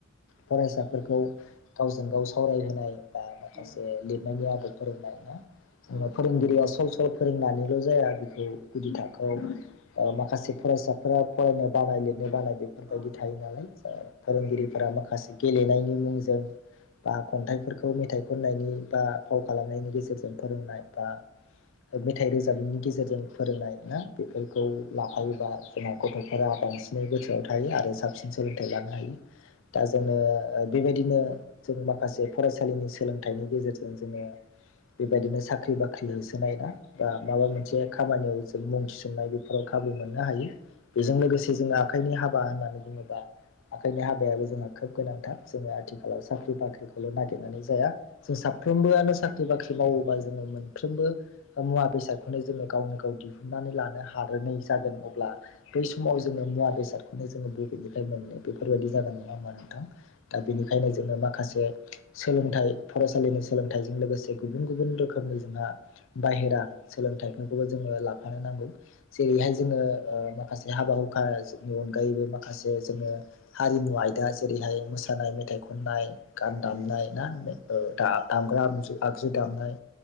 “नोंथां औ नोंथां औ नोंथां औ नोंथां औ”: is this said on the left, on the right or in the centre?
Right